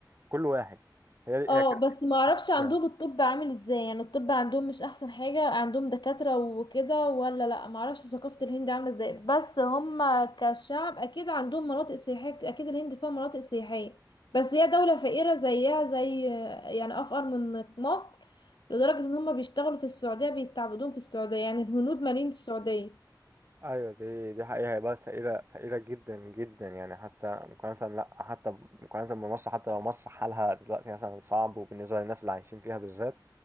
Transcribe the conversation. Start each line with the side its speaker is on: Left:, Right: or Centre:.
Right: كل واحد هي
Left: اه
Right: هي
Left: بس ما اعرفش عندهم
Right: كده.
Left: الطب عامل ازاي يعني الطب عندهم مش احسن حاجة عندهم دكاترة وكده ولا لا ما اعرفش ثقافة الهند عاملة ازاي بس هم كشعب اكيد عندهم مناطق سياحية اكيد الهند فيها مناطق سياحية بس هي دولة فقيرة زيها زي يعني افقر من مصر لدرجة ان هم بيشتغلوا في السعودية بيستعبدون في السعودية يعني الهنود مالين السعودية
Right: ايوه دي دي حقيقة هي بقى فقيرة فقيرة جدا جدا يعني حتى مقارنة لا حتى مقارنة بمصر حتى لو مصر حالها دلوقتي مثلا صعب وبالنسبة للناس اللي عايشين فيها بالذات